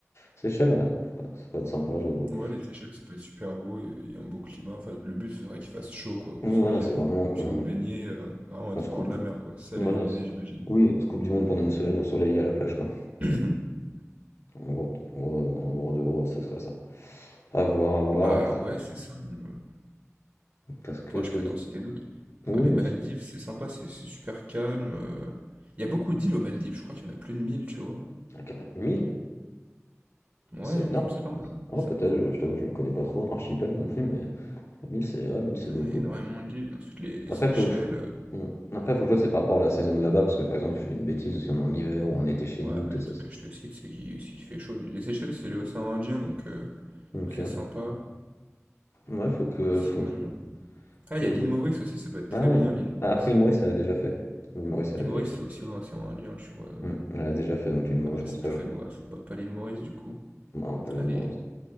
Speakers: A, on the left; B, on the right.
A: Seychelles, ouais, ouais, ça peut être sympa, j'avoue.
B: Ouais, les Seychelles, ça peut être super beau. Il y a il y a un beau climat. Enfin, le but, ce serait qu'il fasse chaud, quoi, que
A: Oui,
B: vous soyez,
A: voilà, c'est
B: heu,
A: vraiment qu'on
B: puissiez vous baignez heu, vraiment
A: qu'on
B: être
A: se
B: au bord
A: coupe
B: de
A: du
B: la mer, quoi. C'est
A: voilà,
B: ça l'idée,
A: c
B: j'imagine.
A: oui, on se coupe du monde pendant une semaine au soleil et à la plage, quoi.
B: <clears throat>
A: En gros en gros en gros de gros, ça serait ça. À voir, à voir
B: Bah,
A: après,
B: ouais, c'est ça, mmh,
A: parce que
B: Ouais,
A: faut
B: je peux
A: que
B: t'en citer d'autres.
A: oui,
B: Enfin, les Maldives,
A: aussi.
B: c'est sympa, c'est c'est super calme. euh. Il y a beaucoup d'îles aux Maldives, je crois qu'il y en a plus de mille tu vois.
A: Ah carré 1
B: Ouais,
A: C'est
B: non,
A: énorme.
B: il me semble.
A: Ouais,
B: Ça...
A: peut-être, je t'avoue, je m'y connais pas trop en archipel non plus, mais mille c'est ouais, 1 c'est
B: Non,
A: beaucoup.
B: non, il y a énormément d'îles. Ensuite, les, les
A: Après,
B: Seychelles.
A: faut que je...
B: euh,
A: Mmh. Après, faut que je vois, c'est par rapport à la saison de là-bas, parce que par exemple, je fais une bêtise, si on est en hiver ou en été chez
B: Ouais,
A: nous, peut-être
B: mais le
A: c'est
B: truc
A: ça.
B: que je te cite, c'est qu'il s'il fait chaud. Les Seychelles, c'est l'océan Indien, donc euh, donc
A: Ok.
B: c'est sympa.
A: Ouais, faut que,
B: Sinon.
A: faut, que- je-
B: euh, Ah,
A: faut
B: il y a
A: que
B: l'île
A: je vois.
B: Maurice aussi, ça peut être très
A: Ah ouais,
B: bien,
A: l'île-
B: l'île Maurice.
A: ah, après l'île Maurice, elle a déjà fait. L'île Maurice,
B: L'île
A: elle a déjà
B: Maurice,
A: fait.
B: c'est aussi l'océan Indien, tu vois. euh.
A: Hmm, Elle a déjà fait, donc l'île Maurice,
B: Après,
A: je pense
B: c'est
A: pas.
B: très
A: que je-
B: beau. ah, c'est pas, pas l'île Maurice, du coup.
A: Non, pas l'île
B: Ah, les,
A: Maurice.